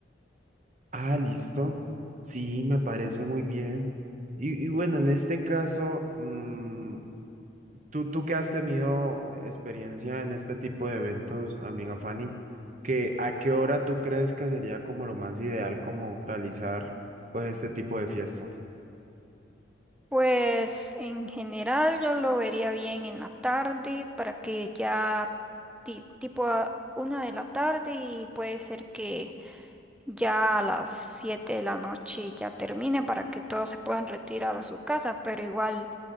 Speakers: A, on the right; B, in the centre.
A: Ah, listo. Sí, me parece muy bien. Y, y bueno, en este caso, mm, Tú, tú que has tenido eh, experiencia en este tipo de eventos, amiga Fanny, que a qué hora tú crees que sería como lo más ideal como realizar pues este tipo de fiestas?
B: Pues en general yo lo vería bien en la tarde para que ya ti- tipo a una de la tarde y puede ser que ya a las 7 de la noche ya termine para que todos se puedan retirar a su casa, pero igual